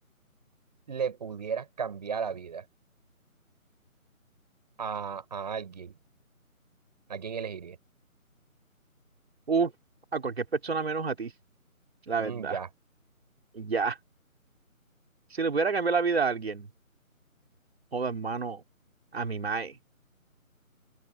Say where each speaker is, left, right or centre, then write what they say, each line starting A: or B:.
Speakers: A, on the right; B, on the right.
A: le pudieras cambiar la vida a, a alguien, ¿a quién elegirías?
B: Uf, a cualquier persona menos a ti, la
A: Mm,
B: verdad.
A: ya,
B: Y ya. Si le pudiera cambiar la vida a alguien, joda, hermano, a mi mae.